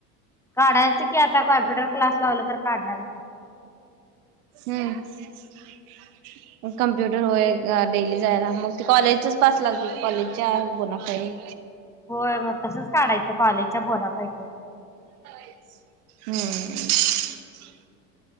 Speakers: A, in the centre; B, on the right (about 65°).
A: काढायचं की आता कॉम्प्युटर क्लास लावल तर काढणार की.
B: हम्म. कम्प्युटर होय डेली जायला मग ती कॉलेजच पास लागते कॉलेजच्या कुणाकडे.
A: होय मग तसंच काढायचं कॉलेजच्या बोलापैकी
B: हम्म